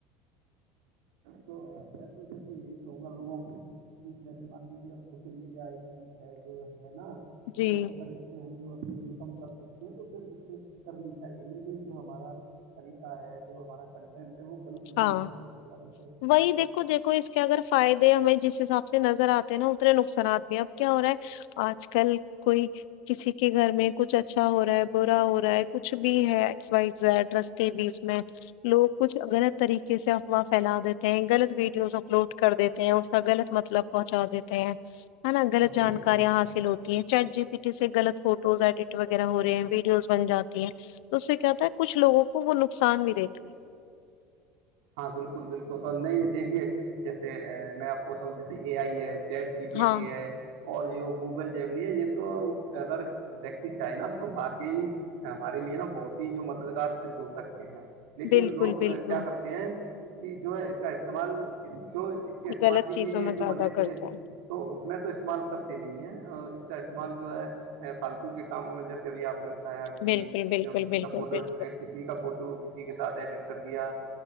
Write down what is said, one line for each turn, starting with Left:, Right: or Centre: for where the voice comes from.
Right: تو میں تو جیسے یہی کہوں گا لوگوں کو جیسے مان لیجے ا سوشل میڈیا ایک چیز ہے جو ہے نا
Left: جی
Right: جو اگر ہم جو اپنی انکم کر سکتے ہیں تو پھر اس سے کرنی چاہیے لیکن جو ہمارا طریقہ ہے جو ہمارا کنٹینٹ ہے وہ غلط نہیں
Left: ہاں
Right: ہونا چاہیے میرا کچھ
Left: وہی دیکو دیکھو اس کے اگر فائدے ہمیں جس حساب سے نظر آتے نا اتنے نقصانات بھی اب کیا ہو رہا ہے آج کل کوئی کسی کے گھر میں کچھ اچھا ہو رہا ہے برا ہو رہا ہے کچھ بھی ہے و بیچ میں لوگ کچھ اگر طریقے سے افواہ پھیلا دیتے ہیں غلط ویڈیوز اپلوڈ کر دیتے ہیں اس کا غلط مطلب پہنچا دیتے ہیں ہاں گلط
Right: جی
Left: جانکارییااں
Right: جی
Left: ح سل ہو چیٹ جی پی ٹی سےغلط فوٹوز ایڈٹ وغیرہ ہو رہے ہیں ویڈیوز بن جاتی ہیں تو اس سے کیا کچھ لوگوں کو وہ نقصان بھی رہتا
Right: ہاں بالکل بالکل اور نہیں دیکھیے جیسے میں آپ کو بتاؤں جیسے اے آئی ہے چیٹ جی پی
Left: ہاں
Right: ٹی ہے اور جو گوگل جمری ہے یہ تو اگر ویکتی چاہ نا تو باقی ہمارے لیے نا بہت ہی جو مددگار سھد ہو سکتے ہیں لیکن
Left: بالکل
Right: لوگ
Left: بالکل
Right: کیا کرتے ہیں کہ جو ہے اس کا استعمال جو اس اس کے استعمال
Left: غلط
Right: کے
Left: چیزوں
Right: لیے
Left: میں
Right: یہ جو
Left: زیادہ
Right: بنے تھے
Left: کرتا ہے
Right: تو اس میں تو استعمال کرتے نہیں ہے اس کا استعمال جو ہے فالتو کے کاموں میں جیسے کبھی آپ نے بتایا کہ
Left: بالکل بالکل
Right: جو کسی
Left: بالکل
Right: کا پولوڑ
Left: بالکل
Right: کسی کسی کا فوٹو کسی کے ساتھ ایڈٹ کر دیا